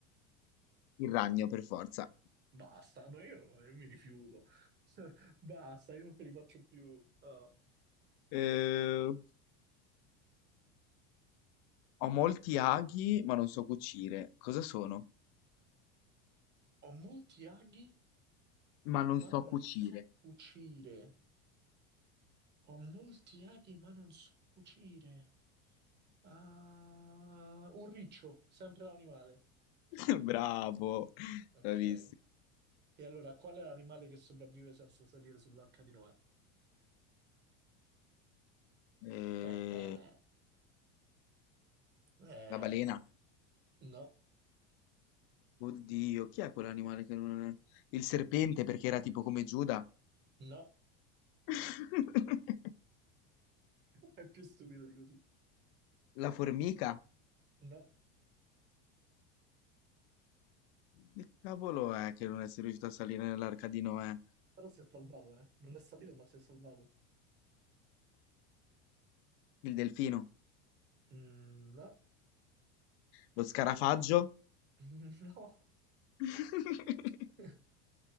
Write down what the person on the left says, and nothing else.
Il ragno, per forza.
Eh, ho molti aghi, ma non so cucire. Cosa sono?
Ma non
so
cucire.
<laughs> Bravo,
bravissimo.
Eh,
la balena.
Oddio, chi è quell'animale che non è? Il serpente, perché era tipo come Giuda.
<laughs>
La formica.
Che cavolo è che non è riuscito a salire nell'arca di Noè?
Il delfino.
Lo scarafaggio.
<laughs>